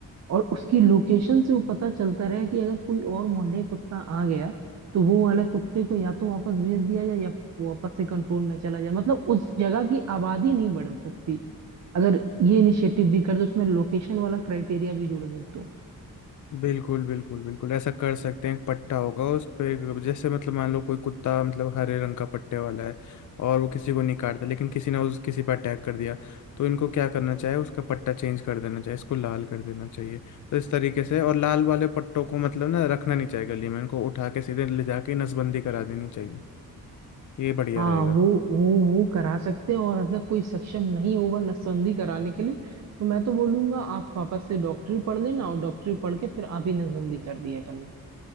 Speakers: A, on the right; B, on the left.
A: और उसकी लोकेशन से वो पता चलता रहे कि अगर कोई और मोहल्ले कुत्ता आ गया तो वो वाले कुत्ते को या तो वापस भेज दिया जाए या वो वापस से कंट्रोल में चला जाए मतलब उस जगह की आबादी नहीं बढ़ सकती अगर ये इनिशिएटिव भी कर दो उसमें लोकेशन वाला क्राइटेरिया भी जोड़ दे तो
B: बिल्कुल बिल्कुल बिल्कुल ऐसा कर सकते हैं एक पट्टा होगा उस पे जैसे मतलब मान लो कोई कुत्ता मतलब हरे रंग का पट्टे वाला है और वो किसी को नहीं काटता लेकिन किसी ने उस किसी पर अटैक कर दिया तो इनको क्या करना चाहिए उसका पट्टा चेंज कर देना चाहिए इसको लाल कर देना चाहिए तो इस तरीके से और लाल वाले पट्टों को मतलब ना रखना नहीं चाहिए गली में इनको उठा के सीधे ले जाके नसबंदी करा देनी चाहिए ये बढ़िया
A: हाँ
B: रहेगा
A: वो वो वो करा सकते हैं और अगर कोई सक्षम नहीं होगा नसबंदी कराने के लिए तो मैं तो बोलूंगा आप वापस से डॉक्टरी पढ़ लेना और डॉक्टरी पढ़ के फिर आप ही नसबंदी कर दिया करना